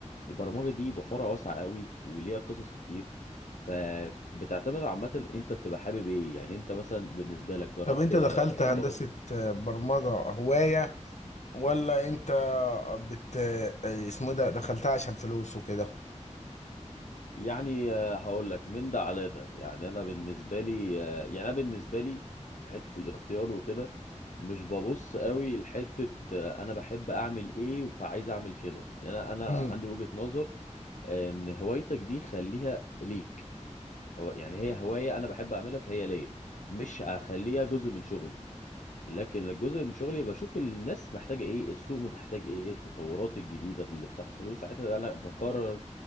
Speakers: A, on the left (about 85°); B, on the left (about 70°).
A: البرمجه دي بحورها واسعه قوي وليها قصص كتير فبتعتمد عامه انت بتبقى حابب ايه يعني انت مثلا بالنسبه لك جربت
B: طب انت
A: آه،
B: دخلت هندسة
A: لغه
B: برمجة هواية ولا انت بت اسمه إيه ده دخلتها عشان فلوس وكده
A: يعني آه، هقول لك من ده على ده يعني انا بالنسبه لي آه، يعني انا بالنسبه لي في حته الاختيار وكده مش ببص قوي لحته آه، انا بحب اعمل ايه فعايز اعمل كده يعني انا انا
B: امم
A: عندي وجهه نظر آه، ان هوايتك دي خليها ليك هو يعني هي هوايه انا بحب اعملها فهي ليا مش هخليها جزء من شغلي لكن الجزء من شغلي بشوف الناس محتاجه ايه السوق محتاج ايه التطورات الجديده اللي بتحصل وساعتها انا بقرر